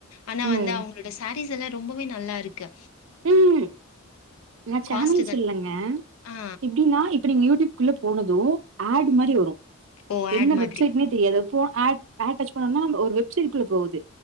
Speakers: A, on the left (about 75°); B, on the right (about 60°).
A: ஆனா
B: ம்.
A: வந்து அவங்களோட சாரீஸ் இதெல்லா ரொம்பவே நல்லாருக்கு
B: ம் நா சேனல்
A: காஸ்ட் தான்.
B: சொல்லங்க
A: ஆ.
B: எப்டின்னா இப்ப நீங்க யூடியூப்க்குள்ள போனது ஆட்
A: ம்.
B: மாரி வரு
A: ஓ!
B: என்ன
A: ஆட்
B: வெப்சைட்னே
A: மாதிரி.
B: தெரியாது போ ஆட் ஆட் டச் பண்ணுனன்னா ஒரு வெப்சைட் க்குல போகுது